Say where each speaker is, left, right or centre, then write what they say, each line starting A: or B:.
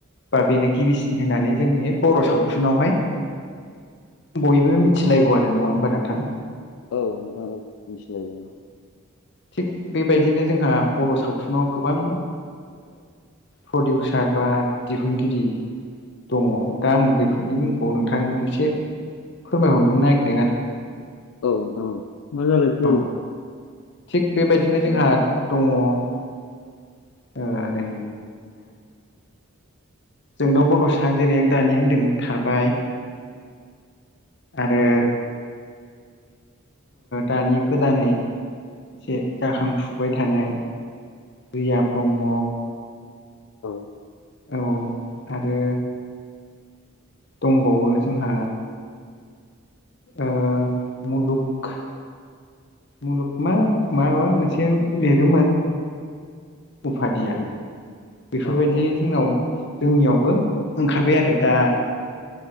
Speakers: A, on the left; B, on the left.
A: बा बेनो गिबिसिन होननानै जोंनि बर' सावथुनावहाय बयबो मिथिलायगौ आरो नङा होमबा नोंथां।
B: औ नोंथा औ
A: थिग बेबायदिनो जोंहा बर' सावथुनाव गोबां प्रडिउसार बा दिहुनगिरि दङ दा आं बेफोरनि मुंखौ नोंथां एसे फोरमायहरनो नागिरदों आरो।
B: औ नोंथां मा जालायखो
A: औ थिग बेबायदिनो जोंहा दङ ओरै जोंदाव बड'सा जेरै आं दानि होनदों थाबाय आरो
B: औ
A: दानि गोदानै एसे जाखांफुबाय थानाय रिया ब्रह्म
B: औ
A: औ आरो दंबावो जोंहा ओ मुलुग मुलुग मा माबा मोनसे लिरोमोन उफादिया बेफोरबायदि
B: औ औ औ
A: जोंनाव जोंनियावबो ओंखारबाय आरो दा